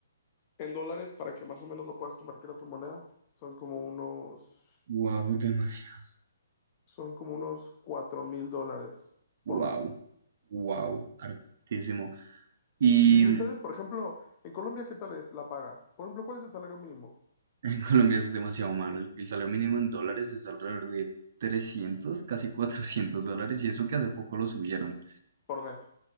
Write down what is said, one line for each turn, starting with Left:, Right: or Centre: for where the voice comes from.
Left: en dólares, para que más o menos lo puedas convertir a tu moneda, son como unos...
Right: wow, demasiado.
Left: son como unos cuatro mil dólares
Right: Wow,
Left: por mes.
Right: wow, hartísimo. Y
Left: Y, y ustedes, por ejemplo, en Colombia, ¿qué tal es la paga? Por ejemplo, ¿cuál es el salario mínimo
Right: En Colombia es demasiado malo. El, el salario mínimo en dólares es alrededor de 300, casi 400 dólares, y eso que hace poco lo subieron.
Left: por mes?